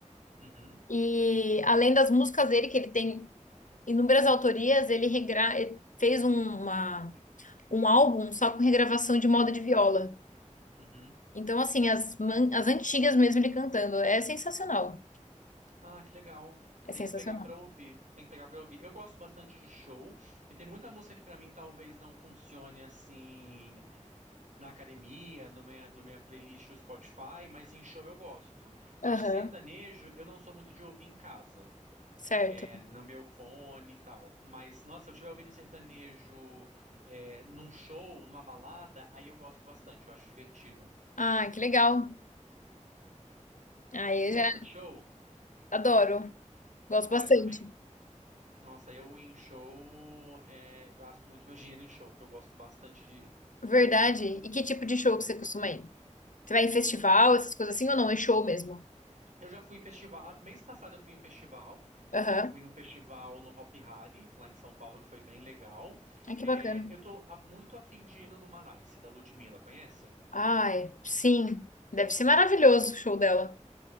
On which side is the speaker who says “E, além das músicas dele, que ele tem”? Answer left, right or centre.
Left